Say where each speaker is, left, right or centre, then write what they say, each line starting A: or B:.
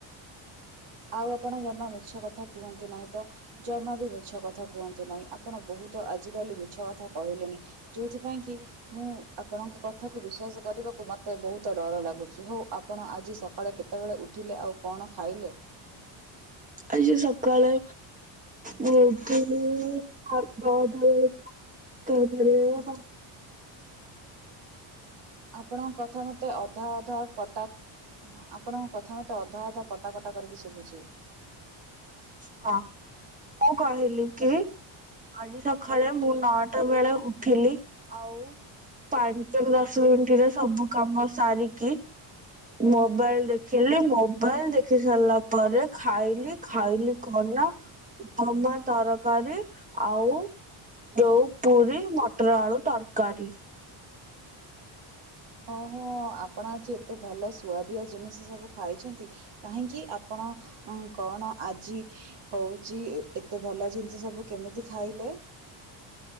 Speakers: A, on the right; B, on the right.
A: ଆଉ ଆପଣ ଜମା ମିଛ କଥା କୁହନ୍ତୁ ନାହିଁ ତ। ଜମା ବି ମିଛ କଥା କୁହନ୍ତୁ ନାଇଁ ଆପଣ ବହୁତ ଆଜି କାଲି ମିଛ କଥା କହିଲେଣି। ଯୋଉଥିପାଇଁ କି ମୁଁ ଆପଣଙ୍କ କଥାକୁ ବିଶ୍ଵାସ କରିବାକୁ ମତେ ବହୁତ ଡର ଲାଗୁଛି ହଉ ଆପଣ ଆଜି ସକାଳେ କେତେବେଳେ ଉଠିଲେ ଆଉ କଣ ଖାଇଲେ?
B: ଆଜି ସକାଳେ ମୁଁ ଇଡ଼ିଲି ଭାତ ଡାଲି କ ପଡିବ <inaudible>
A: ଆପଣଙ୍କ କଥା ମତେ ଅଧା ଅଧା କଟା ହଁ ଆପଣଙ୍କ କଥା ମୋତେ ଅଧା ଅଧା କଟା କଟା କରିକି ଶୁଭୁଛି।
B: ହଁ ମୁଁ କହିଲି କି ଆଜି ସଖାଳେ ମୁଁ ନଅଟା ବେଳେ ଉଠିଲି ଆଉ ପାଞ୍ଚରୁ ଦଶ ମିନିଟରେ ସବୁ କାମ ସାରିକି ମୋବାଇଲ ଦେଖିଲି ମୋବାଇଲ ଦେଖି ସାରିଲା ପରେ ଖାଇଲି ଖାଇଲି କଣନା ଉପମା ତରକାରୀ ଆଉ ଯୋଉ ପୁରୀ ମଟର ଆଳୁ ତରକାରୀ।
A: ଓହୋ ଆପଣ ଆଜି ଏତେ ଭଲ ସୁଆଦିଆ ଜିନିଷ ସବୁ ଖାଇଛନ୍ତି। କାହିଁକି ଆପଣ କଣ ଆଜି ହଉଛି ଏତେ ଭଲ ଜିନିଷ ସବୁ କେମିତି ଖାଇଲେ?